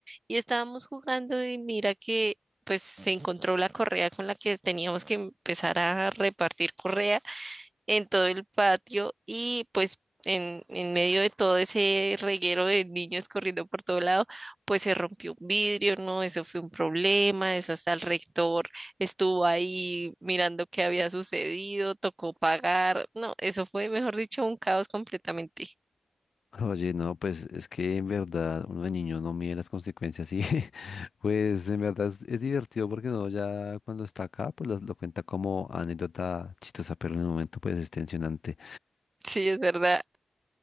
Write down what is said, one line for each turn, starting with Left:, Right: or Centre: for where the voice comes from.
Right: Y estábamos jugando y mira que pues se encontró la correa con la que teníamos que empezar a repartir correa en todo el patio y pues en, en medio de todo ese reguero de niños corriendo por todo lado, pues se rompió un vidrio, ¿no? Eso fue un problema, eso hasta el rector estuvo ahí mirando qué había sucedido, tocó pagar, no, eso fue, mejor dicho, un caos completamente.
Left: <laughs> Oye, no, pues es que en verdad uno de niño no mide las consecuencias y <laughs> pues en verdad es, es divertido porque uno ya cuando está acá pues las- lo, cuenta como anécdota chistosa, pero en el momento pues es tensionante.
Right: <laughs> Sí, es verdad.